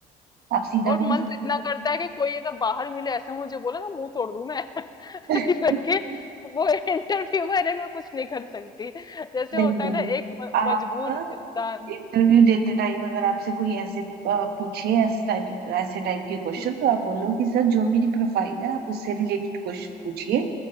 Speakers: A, on the right; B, on the left.
A: आप सीधा
B: और
A: बोल
B: मन
A: सकते
B: तो इतना करता है कि कोई अगर बाहर मिले ऐसे मुझे बोले ना मुंह तोड़ दूं मैं <laughs>
A: हो <laughs>
B: लेकिन वो इंटरव्यू वाले में कुछ नहीं कर सकती जैसे
A: नहीं
B: होता
A: नहीं
B: है ना एक म-
A: आप
B: मजबूर इंसान
A: इंटरव्यू देते टाइम अगर आपसे कोई ऐसे अ, पूछे ऐसे टाइप ऐसे टाइप के क्वेश्चन
B: हम्म
A: तो आप बोलो कि सर जो मेरी प्रोफाइल है आप उससे रिलेटेड क्वेश्चन पूछिए